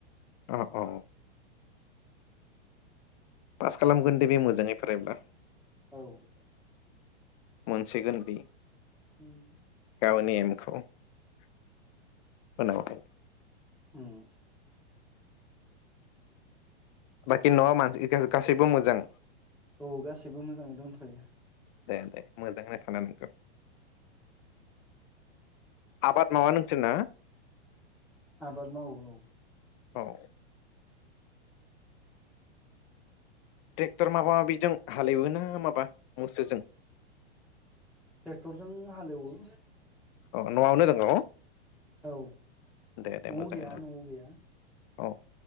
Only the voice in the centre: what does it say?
औ
उम
ओम
औ गासैबो मोजाङै दंथ'यो
आबाद मावो औ
ट्रेक्टरजों हालेवो
औ न'आव
गैया न'आव गैया